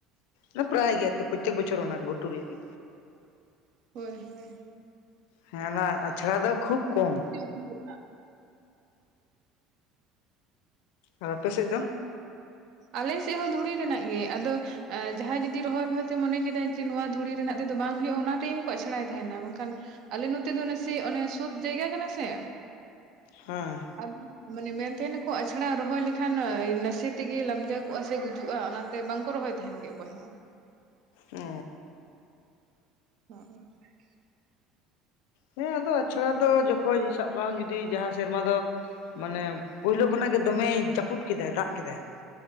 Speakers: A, on the left (about 80°); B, on the right (about 45°).
A: ᱫᱚ᱾ ᱯᱟᱨᱟᱭ ᱜᱮ ᱟᱨᱠᱤ ᱯᱚᱨᱛᱮᱠ ᱵᱚᱪᱷᱚᱨ ᱚᱱᱟ ᱜᱷᱩᱴᱩ ᱨᱮᱭᱟᱜ ᱜᱮ᱾
B: ᱦᱳᱭ ᱦᱳᱭ
A: ᱦᱮᱸ ᱚᱱᱟ ᱟᱪᱷᱟᱲᱟ ᱫᱚ ᱠᱷᱩᱵ ᱠᱚᱢ᱾
B: <inaudible>
A: ᱟᱨ ᱟᱯᱮ ᱥᱮᱫ ᱫᱚ?
B: ᱟᱞᱮ ᱥᱮᱫ ᱦᱚᱸ ᱫᱷᱩᱲᱤ ᱨᱮᱱᱟᱜ ᱜᱮ, ᱟᱫᱚ ᱮ ᱡᱟᱦᱟᱸᱭ ᱡᱩᱫᱤ ᱨᱚᱦᱚᱭ ᱨᱚᱦᱚᱭ ᱛᱮ ᱢᱚᱱᱮ ᱠᱮᱫᱟᱭ ᱡᱮ, ᱱᱚᱣᱟ ᱫᱷᱩᱲᱤ ᱨᱮᱱᱟᱜ ᱛᱮᱫᱚ ᱵᱟᱝ ᱦᱩᱭᱩᱜᱼᱟ, ᱚᱱᱟ ᱴᱟᱭᱤᱢ ᱠᱚ ᱟᱪᱷᱲᱟᱭ ᱛᱟᱦᱮᱱᱟ, ᱵᱟᱝᱠᱷᱟᱱ ᱟᱞᱮ ᱱᱚᱛᱮ ᱫᱚ ᱱᱟᱥᱮ ᱚᱱᱮ ᱥᱳᱫ ᱡᱟᱭᱜᱟ ᱠᱟᱱᱟ ᱥᱮ᱾
A: ᱦᱮᱸ
B: ᱟᱫᱚ ᱢᱟᱱᱮ ᱢᱮᱱ ᱛᱟᱦᱮᱱᱟ ᱠᱚ ᱟᱪᱷᱟᱲᱟ ᱨᱚᱦᱚᱭ ᱞᱮᱠᱷᱟᱱ ᱱᱟᱥᱮ ᱛᱮᱜᱮ ᱞᱟᱢᱡᱟ ᱠᱚᱜᱼᱟ ᱥᱮ ᱜᱩᱡᱩᱜᱼᱟ, ᱚᱱᱟᱛᱮ ᱵᱟᱝ ᱠᱚ ᱨᱚᱦᱚᱭ ᱛᱟᱦᱮᱱ ᱜᱮ ᱚᱠᱚᱭ ᱦᱚᱸ᱾
A: ᱚ
B: ᱦ <unintelligible>
A: ᱦᱮᱸ ᱟᱫᱚ ᱟᱪᱷᱲᱟ ᱫᱚ ᱡᱚᱠᱷᱚᱡ ᱥᱟᱵ ᱠᱟᱜ ᱢᱮ ᱡᱩᱫᱤ ᱡᱟᱸᱦᱟᱸ ᱥᱮᱨᱢᱟ ᱫᱚ ᱢᱟᱱᱮ ᱯᱳᱭᱞᱳ ᱠᱷᱚᱱᱟᱜ ᱜᱮ ᱫᱚᱢᱮᱭ ᱡᱟᱹᱯᱩᱫ ᱠᱮᱫᱟᱭ ᱫᱟᱜ ᱠᱮᱫᱟᱭ